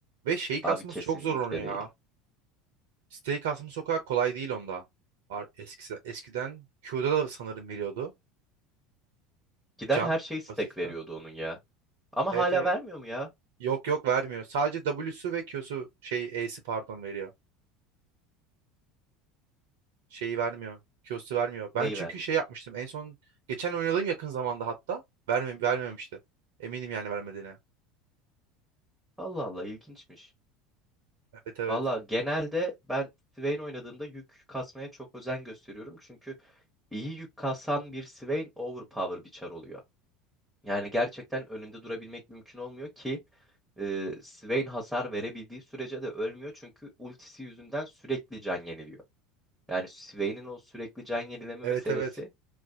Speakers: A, on the right (about 65°); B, in the centre.
A: Ve şeyi kasması
B: Abi kesinlikle
A: çok zor onu ya.
B: değil.
A: Steak mı sokak kolay değil onda. Ar- Eskiden, eskiden Q'da da sanırım veriyordu.
B: Giden
A: Can
B: her şey stack
A: pasiften.
B: veriyordu onun ya. Ama
A: Evet
B: hala
A: evet.
B: vermiyor mu ya?
A: Yok yok vermiyor. Sadece W'su ve Q'su şey A'si pardon veriyor. Şeyi vermiyor. Q'su vermiyor.
B: Neyi
A: Ben çünkü
B: vermiyor?
A: şey yapmıştım. En son geçen oynadığım yakın zamanda hatta verme, vermemişti. Eminim yani vermediğine.
B: Allah Allah ilginçmiş.
A: Evet evet.
B: Valla genelde ben Swain oynadığımda yük kasmaya çok özen gösteriyorum. Çünkü iyi yük kasan bir Swain overpower bir çar oluyor. Yani gerçekten önünde durabilmek mümkün olmuyor ki e, Swain hasar verebildiği sürece de ölmüyor. Çünkü ultisi yüzünden sürekli can yeniliyor. Yani Swain'in o sürekli can yenileme
A: Evet
B: meselesi
A: evet.